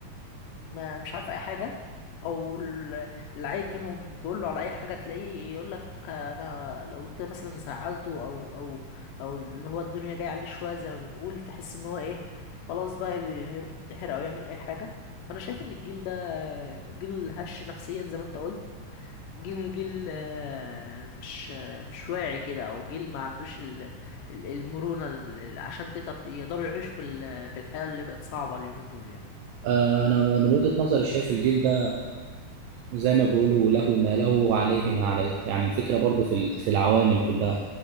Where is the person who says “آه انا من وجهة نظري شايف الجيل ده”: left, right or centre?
Right